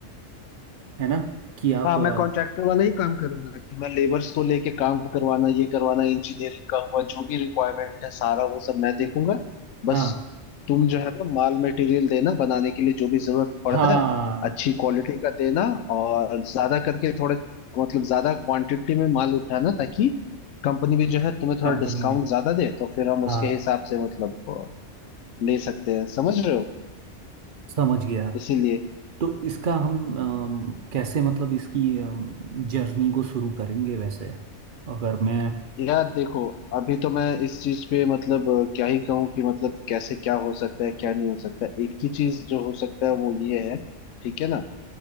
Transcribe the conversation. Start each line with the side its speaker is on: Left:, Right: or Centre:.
Right: है ना कि आप
Left: हाँ
Right: अ,
Left: मैं कॉन्ट्रैक्टर वाला ही काम करूंगा कि मैं लेबर्स को लेके काम करवाना ये करवाना इंजीनियरिंग का हुआ जो भी रिक्वायरमेंट है सारा वो सब मैं देखूंगा बस
Right: हाँ
Left: तुम जो है ना माल मटेरियल देना बनाने के लिए जो भी जरूरत पड़ता
Right: हाँ
Left: है अच्छी क्वालिटी का देना और ज्यादा करके थोड़े मतलब ज्यादा क्वांटिटी में माल उठाना ताकि कंपनी भी जो है तुम्हें थोड़ा
Right: कंपनी
Left: डिस्काउंट
Right: में
Left: ज्यादा दे तो फिर हम
Right: हाँ
Left: उसके हिसाब से मतलब अ, ले सकते हैं समझ रहे हो
Right: समझ गया
Left: इसीलिए
Right: तो इसका हम अम, कैसे मतलब इसकी जर्नी को शुरू करेंगे वैसे अगर मैं
Left: यार देखो अभी तो मैं इस चीज पे मतलब अ, क्या ही कहूँ कि मतलब कैसे क्या हो सकता है क्या नहीं हो सकता है। एक ही चीज जो हो सकता है वो ये है ठीक है ना